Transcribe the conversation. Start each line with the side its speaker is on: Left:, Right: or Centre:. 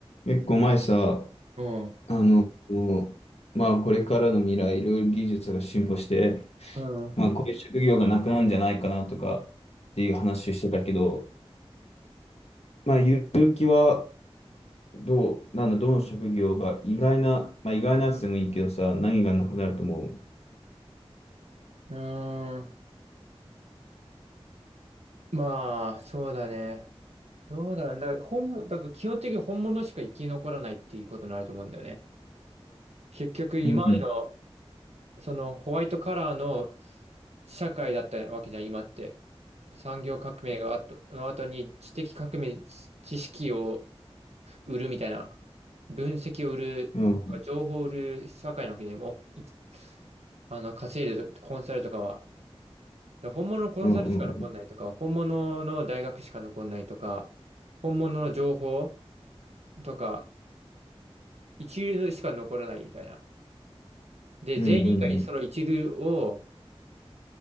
Left: 結構前さ、
Right: うん。
Left: あの、こまあこれからの未来、いろいろ技術が進歩して、
Right: うん。う
Left: まあこういう職業がなくなるんじゃないかなとかっていう話をしてたけど、まあ結城はどう、なんだ、どの職業が意外な、まあ意外なやつでもいいけどさ、何がなくなると思う
Right: ーん。まあ、そうだね。どうだろう。だから本物、だから基本的に本物しか生き残らないっていうことになると思うんだよね。結局、今までの、
Left: うん
Right: そのホワイトカラーの社会だったわけじゃん、今って。産業革命があと、の後に知的革命、知知識を売るみたいな、分析を売る、
Left: うん
Right: 情報を売る社会なわけでもう、いあの、稼いでるコンサルとかは。だから本物のコンサルしか残んないとか、
Left: うんうん
Right: 本物の大学しか残んないとか、本物の情報とか、一流しか残らないみたいな。で、
Left: うんうん
Right: 全員がその一流を、